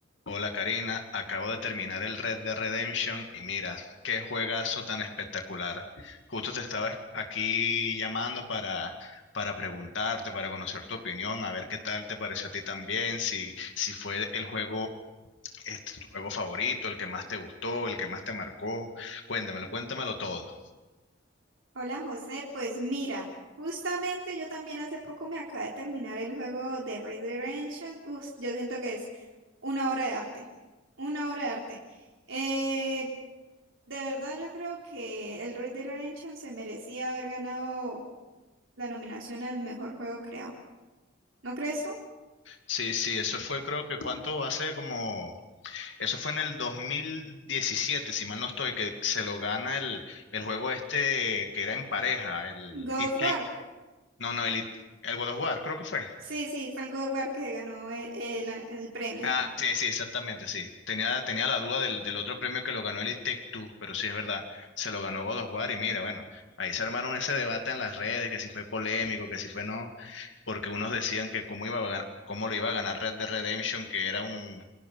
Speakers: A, on the left (about 70°); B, on the right (about 80°).
A: Hola Karina, acabo de terminar el Red Dead Redemption y mira, qué juegazo tan espectacular. Justo te estaba aquí llamando para, para preguntarte, para conocer tu opinión, a ver qué tal te pareció a ti también, si, si fue el juego, este, tu juego favorito, el que más te gustó, el que más te marcó. Cuéntamelo, cuéntamelo todo.
B: Hola José, pues mira, justamente yo también hace poco me acabé de terminar el juego de Red Dead Redemption. Uf, yo siento que es una obra de arte, una obra de arte. Eh, de verdad yo creo que el Red Dead Redemption se merecía haber ganado la nominación al mejor juego creado. ¿No crees tú?
A: Sí, sí, eso fue creo que cuánto hace como Eso fue en el 2017, si mal no estoy, que se lo gana el, el juego este que era en pareja, el
B: God
A: It
B: of War.
A: Take- no, no, el, It- el God of War, creo que fue.
B: Sí, sí, fue el God of War que ganó el, el- el premio.
A: Ah, sí, sí, exactamente, sí. Tenía, tenía la duda del, del otro premio que lo ganó el It Take Two, pero sí es verdad, se lo ganó God of War y mira, bueno, ahí se armaron ese debate en las redes, que si fue polémico, que si fue no, porque unos decían que cómo iba a gan- cómo lo iba a ganar Red Dead Redemption, que era un